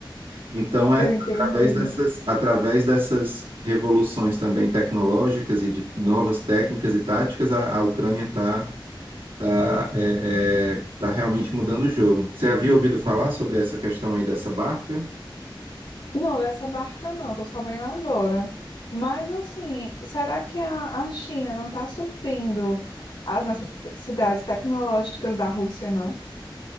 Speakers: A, on the right; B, on the left.
A: Então é
B: eu entendi.
A: através dessas, através dessas revoluções também tecnológicas e de novas técnicas e táticas, a, a Ucrânia está tá, tá, é, é, tá realmente mudando o jogo. Você havia ouvido falar sobre essa questão aí dessa barca?
B: Não, dessa barca não, tô sabendo agora. Mas assim, será que a, a China não está suprindo as necessidades tecnológicas da Rússia, não?